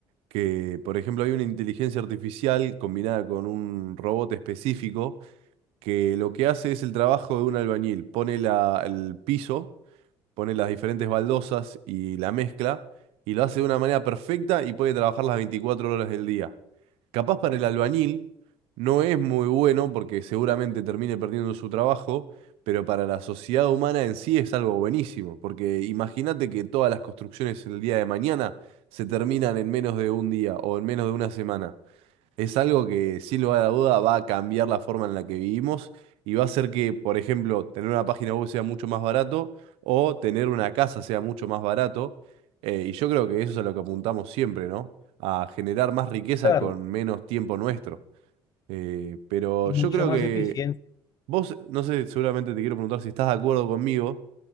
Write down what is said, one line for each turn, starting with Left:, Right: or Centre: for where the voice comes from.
Right: que, por ejemplo, hay una inteligencia artificial combinada con un robot específico que lo que hace es el trabajo de un albañil, pone la- el piso pone las diferentes baldosas y la mezcla y lo hace de una manera perfecta y puede trabajar las 24 horas del día. Capaz para el albañil no es muy bueno porque seguramente termine perdiendo su trabajo, pero para la sociedad humana en sí es algo buenísimo, porque imagínate que todas las construcciones el día de mañana se terminan en menos de un día o en menos de una semana. Es algo que, sin lugar a duda, va a cambiar la forma en la que vivimos y va a hacer que, por ejemplo, tener una página web sea mucho más barato o tener una casa sea mucho más barato. Eh, y yo creo que eso es a lo que apuntamos siempre, ¿no? A generar más riqueza
Left: claro,
Right: con menos tiempo nuestro. Eh, pero
Left: y mucha
Right: yo creo
Left: más
Right: que
Left: eficiencia,
Right: vos, no sé, seguramente te quiero preguntar si estás de acuerdo conmigo,